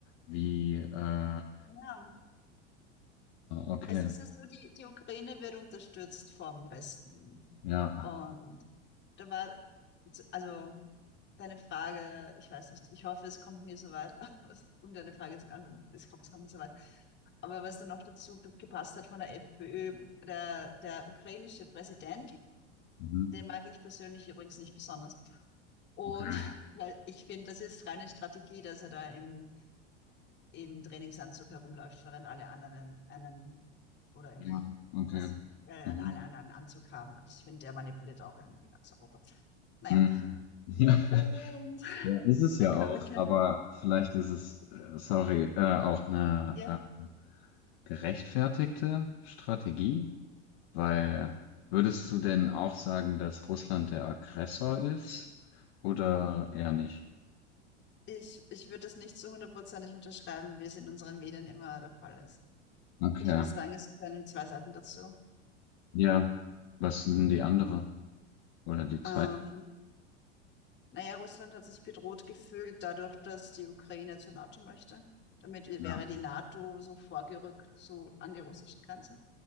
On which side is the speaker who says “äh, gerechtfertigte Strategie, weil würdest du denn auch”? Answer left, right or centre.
Left